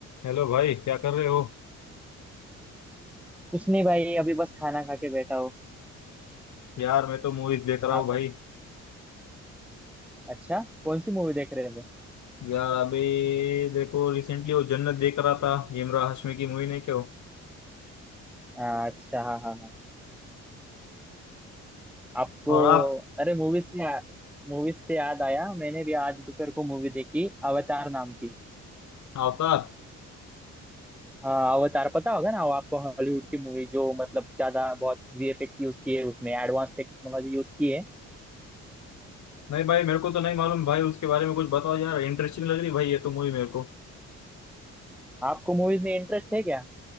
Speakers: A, on the left; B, in the centre.
A: Hello भाई क्या कर रहे हो
B: कुछ नहीं भाई अभी बस खाना खा के बैठा हूँ
A: यार मैं तो मूवीज देख रहा
B: आप
A: हूँ भाई
B: बत- अच्छा कौन सी मूवी देख रहे थे
A: यार अभी देखो रिसेंटली वो जन्नत देख रहा था इमरान हाशमी की मूवी नहीं क्यों
B: आ, अच्छा हाँ हाँ हाँ आपको
A: और आप
B: अरे मूवी से मूवी से याद आया मैंने भी आज दोपहर को मूवी देखी अवतार नाम की
A: अवतार
B: हाँ अवतार पता होगा ना वो आपको हॉलीवुड की मूवी जो मतलब ज्यादा बहुत वीएफएक्स यूज किए उसमें एडवांस टेक्नोलॉजी यूज की है
A: नहीं भाई मेरे को तो नहीं मालूम भाई उसके बारे में कुछ बताओ यार इंटरेस्टिंग लग रही भाई ये तो मूवी मेरे को
B: आपको मूवीज में इंटरेस्ट है क्या